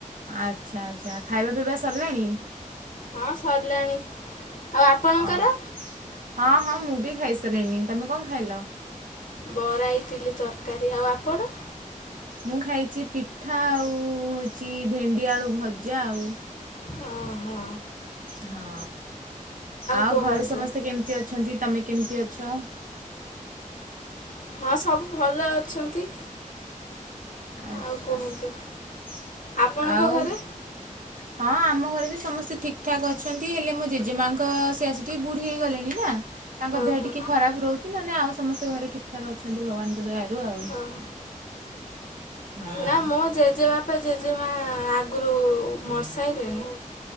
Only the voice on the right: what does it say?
ଆଚ୍ଛା ଆଚ୍ଛା ଖାଇବା ପିଇବା ସରିଲାଣି?
ଅ ହଁ ହଁ ମୁଁ ବି ଖାଇ ସାରିଲିଣି ତମେ କଣ ଖାଇଲ?
ମୁଁ ଖାଇଛି ପିଠା ଆଉ ହେଉଛି ଭେଣ୍ଡି ଆଳୁ ଭଜା ଆଉ।
ହଁ ଆଉ
ଘରେ ସମସ୍ତେ କେମିତି ଅଛନ୍ତି ତମେ କେମିତି ଅଛ?
ଆଛା
ଆଛା
ଆଉ
ହଁ ଆମ ଘରେ ବି ସମସ୍ତେ ଠିକ୍ ଠାକ୍ ଅଛନ୍ତି ହେଲେ ମୋ ଜେଜେମାଙ୍କ ସେ ଆସି କି ବୁଢୀ ହେଇଗଲେଣି ନା। ତାଙ୍କ
ଦେହ ଟିକିଏ ଖରାପ ରହୁଛି ନହେଲେ ଆଉ ସମସ୍ତେ ଘରେ ଠିକ୍ ଠାକ୍ ଅଛନ୍ତି ଭଗବାନଙ୍କ ଦୟାରୁ ଆଉ।
ହଁ।